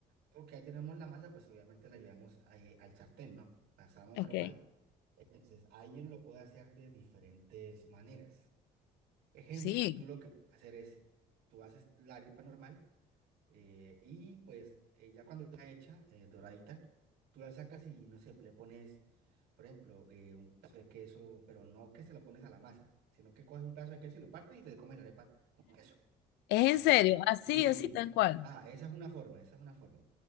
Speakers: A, on the right; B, on the left.
A: Porque ya tenemos la masa, pues obviamente la llevamos ahí al sartén, ¿no? La asamos
B: Ok.
A: normal. Entonces, alguien lo puede hacer de diferentes maneras. Ejemplo,
B: Sí,
A: tú lo que puedes hacer es, tú haces la arepa normal eh, y pues eh, ya cuando está hecha, eh, doradita, tú la sacas y no sé, le pones, por ejemplo, eh, un pedazo de queso, pero no que se lo pones a la masa, sino que coges un pedazo de queso y lo partes y te comes la arepa con queso.
B: es
A: Así,
B: en serio, así,
A: sí, sí.
B: así tal cual.
A: Ah, esa es una forma, esa es una forma.